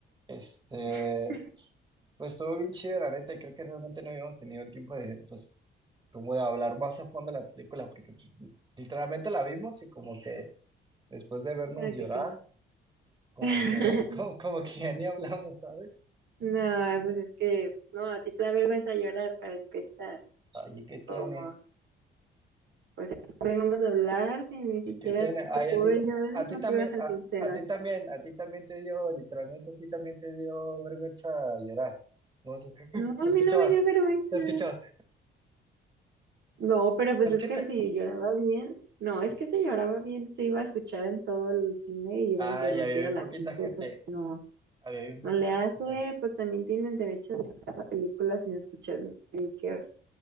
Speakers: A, on the right; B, on the right.
A: Este,
B: <laughs>
A: pues estuvo bien chida, la neta, y creo que realmente no habíamos tenido el tiempo de, pues, como de hablar más a fondo de la película, porque pues, literalmente la vimos y como que Después de vernos
B: Ay,
A: llorar,
B: ¿Qué, qué?
A: como
B: <laughs>
A: que, <laughs> como, como que ya ni hablamos, ¿sabes?
B: No, pues es que, no, a ti te da vergüenza llorar para empezar.
A: Ay, ¿y qué tiene?
B: Como, pues, ¿cómo íbamos a hablar si ni
A: ¿Y
B: siquiera
A: qué tiene? Ay,
B: te puedo
A: a ti,
B: ver
A: ta-
B: llorar?
A: a ti
B: No
A: también,
B: te ibas a ser
A: a,
B: sincera.
A: a ti también, a ti también te dio, literalmente a ti también te dio vergüenza llorar. No sé, <laughs>
B: No, a
A: te escuchabas,
B: mí no me dio vergüenza.
A: te escuchabas.
B: No, pero pues
A: Es
B: es
A: que
B: que
A: te,
B: si lloraba bien, no, es
A: te-
B: que si lloraba bien se iba a escuchar en todo el cine y
A: ay,
B: iba a interrumpir
A: había bien
B: a la
A: poquita
B: gente,
A: gente,
B: pues no,
A: había bien poquita
B: no le hace,
A: gente.
B: pues también tienen derecho a disfrutar la película sin escuchar musiqueos.